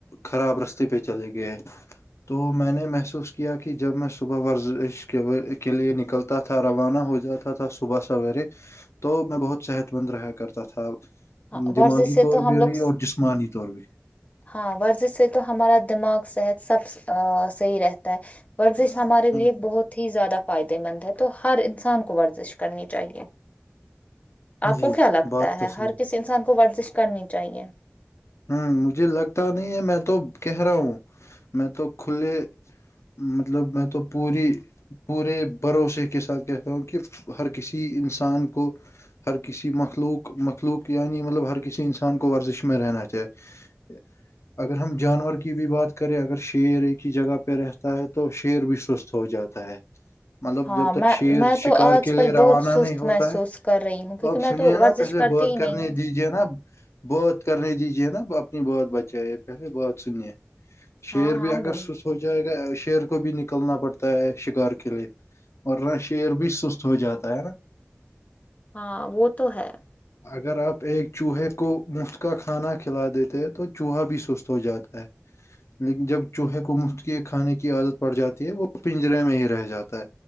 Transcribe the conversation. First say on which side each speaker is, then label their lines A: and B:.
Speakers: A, on the left; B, on the left.
A: خراب رستے پہ چلے گئے تو میں نے محسوس کیا کہ جب میں صبح ورزش کے لیے نک نکلتا تھا روانہ ہو جاتا تھا صبح سویرے تو میں بہت صحت مند رہا کرتا تھا
B: ہاں
A: دماغی
B: ورزش سے
A: طور
B: تو
A: بھی
B: ہم لوگ
A: رہی اور جس جمانی طور بھی
B: ہاں ورزش سے تو ہمارا دماغ صحت سب صحیح رہتا ہے ورزش ہمارے
A: جی
B: لیے بہت ہی زیادہ فائدے مند ہے تو ہر انسان کو ورزش کرنی چاہیے آپ
A: جی
B: کو کیا لگتا
A: بات تو
B: ہے
A: صحیح
B: ہر کسی انسان کو ورزش کرنی چاہیے
A: ہوں مجھے لگتا نہیں ہے میں تو کہہ رہا ہوں میں تو کھے مطلب میں تو پوری پورے بھروسے کے ساتھ کہتا ہوں کہ ہر کسی انسان کو ہر کسی مخلوق مخلوق یعنی مطلب ہر کسی انسان کو ورزش میںں رہنا چاہیے اچھا اگر ہم جانور کی بھی بات کریں اگر شعیر ایک ہی جگہ پہ رہتا ہے تو شعیر بھی سست ہو جاتا ہے مطلب
B: ہاں
A: جب
B: میں
A: تک شیر
B: میں
A: شکار
B: تو آج
A: کے
B: کل
A: لیے روانہ
B: بہت سست
A: نہیں ہوتا
B: محسوس
A: ہے
B: کر رہی ہوں کیونکہ
A: اب
B: میں
A: سنیے
B: تو
A: نا
B: ورزش
A: پہلے
B: کرتی
A: بات
B: ہی
A: کرنے
B: نہیں ہوں
A: دیجیے نا بات کرنے دیجے نا اپنی بات بچائے پہلے بات سنیے شیر
B: ہاں ہاں
A: بھی اگر
B: بول
A: سست ہو جائے گا شیر کو بھی نکلنا پڑتا ہے شکار کے لیے ورنہ شعیر بھی سست ہو جاتا ہے ہے نا
B: ہاں وہ تو ہے
A: اگر آپ ایک چوہے کو مفت کا کھانا کھلا دیتے ہیں تو چوہا بھی سست ہو جاتا ہے لیکن جب چوہے کو مفت کے کھانے کی عادت پڑ جاتی ہے وہ پنجرے میں ہی رہ جاتا ہے